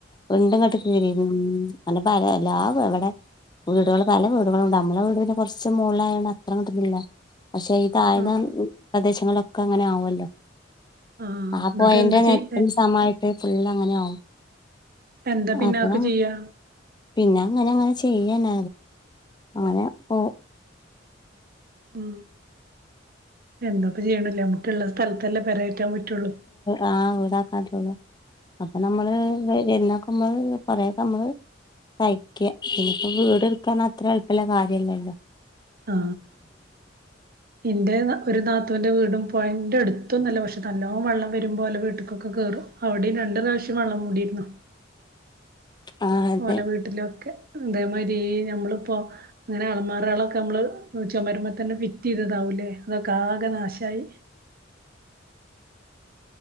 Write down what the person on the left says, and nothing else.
വിണ്ട് ങ്ങട്ട് കീറിക്ണ് അല്ല പറിയ എല്ലാ വ് വടെ വീടുകൾ പല വീടുകളുണ്ട് നമ്മളെ വീട് പിന്നെ കൊറച്ച് മോലായണ്ട് അത്ര കിട്ടിന്നില്ല. പക്ഷെ ഈ താഴ്ന്ന
പ്രദേശങ്ങളൊക്കെ അങ്ങനെ ആവുല്ലോ?
ആ
പോയന്റെ
നെരപ്പില്
സമായിട്ട് ഫുള് അങ്ങനെ ആവും.
അപ്പൊ
പിന്നെ അങ്ങനെ അങ്ങനെ ചെയ്യാന അങ്ങനെ പ്പോ.
ആഹ് വീടാക്കാറ്റുള്ളു അപ്പൊ നമ്മള്. <unintelligible> കുറേ ഒക്കെ നമ്മള് സഹിക്ക പിന്നെ ഇപ്പോ വീട് എടുക്കാൻ അത്ര എളുപ്പള്ള കാര്യംല്ലല്ലോ.
ആ അതെ